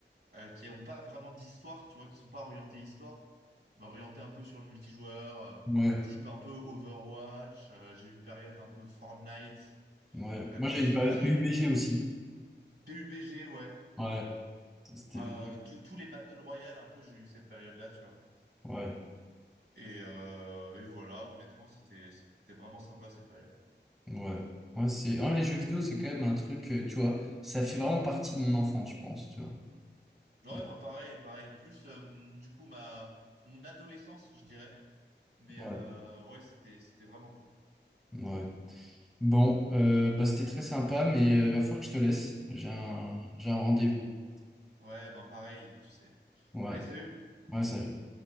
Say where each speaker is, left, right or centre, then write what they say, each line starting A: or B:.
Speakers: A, on the right (about 60°); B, in the centre.
A: euh, qui n'ont pas vraiment d'histoire, tu vois, qui sont pas orientés histoire. Je m'orientais un peu sur le multijoueur, euh,
B: ouais,
A: type un peu Overwatch. Euh, j'ai eu une période un peu Fortnite
B: ouais.
A: euh,
B: Moi,
A: quand
B: j'ai
A: c'est
B: une
A: sorti.
B: période PUBG aussi.
A: PUBG, ouais.
B: Ouais, c'était
A: Euh,
B: bien.
A: tous tous les Battle Royale, un peu, j'ai eu cette période-là, tu vois.
B: Ouais.
A: Et, euh, et voilà, honnêtement, c'était c'était vraiment sympa cette période.
B: Ouais, ouais, c'est... ouais, les jeux vidéo, c'est quand même un truc, euh, tu vois, ça fait vraiment partie de mon enfance, je pense, tu vois.
A: Ouais,
B: Et-
A: ben pareil, pareil. Plus euh, mon- du coup ma mon adolescence, je dirais. Mais
B: Ouais,
A: euh, ouais, c'était c'était vraiment cool.
B: ouais. Bon, euh, bah, c'était très sympa, mais euh, il va falloir que je te laisse. J'ai un, j'ai un rendez-vous.
A: Ouais, ben pareil, tu sais.
B: Ouais,
A: Allez, salut!
B: ouais, salut.